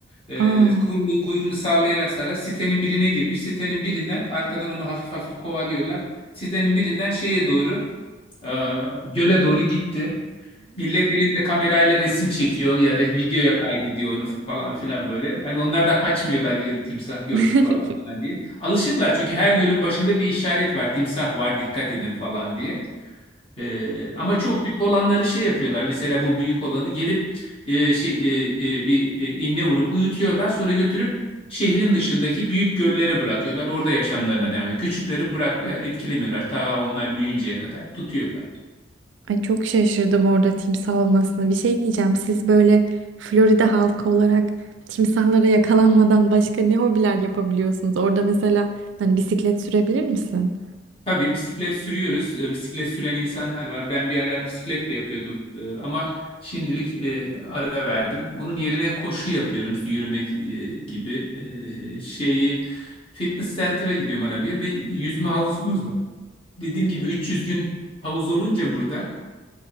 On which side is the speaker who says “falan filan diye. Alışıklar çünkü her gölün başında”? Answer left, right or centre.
Left